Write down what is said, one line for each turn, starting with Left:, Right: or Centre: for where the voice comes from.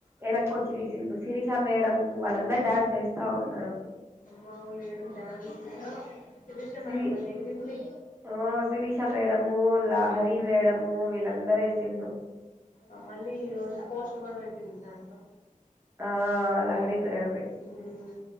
Right: ఏన కా సిరి సిండు సిరీ షా మేడం వాళ్ళందర్ డ్యాన్స్ చేస్తా ఉన్నారు అప్పుడు
Left: అమ్మ లేడు డ్యాన్స్ శిరీష
Right: సిరి
Left: మేడం భలే ఎగిరింది
Right: ఆ శిరీష మేడము హరి మేడము వీళ్ళందరూ వేసిండ్రు
Left: ఆ మళ్ళీ ఈ రోజు పోస్ట్ కూడ పెడ్ పెరి దాంట్లో
Right: ఆ లహరి మేడం పెట్టింది
Left: హుమ్